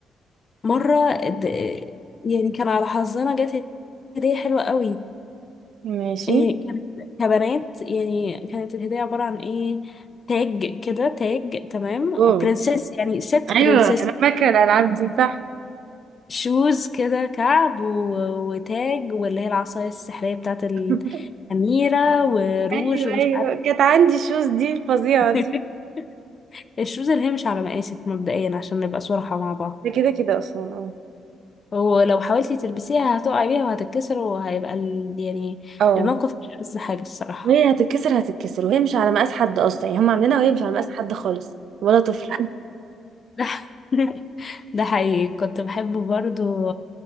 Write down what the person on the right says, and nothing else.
ماشي
اوه
ايوه
انا فاكره الالعاب دي صح
<laughs>
ايوه
ايوه
كانت عندي الشوز دي الفظيعه دي
ده كده كده اصلا اه
اه
وهي هتتكسر هتتكسر وهي مش على مقاس حد اصلا يعني هم عاملينها وهي مش على مقاس حد خالص ولا طفل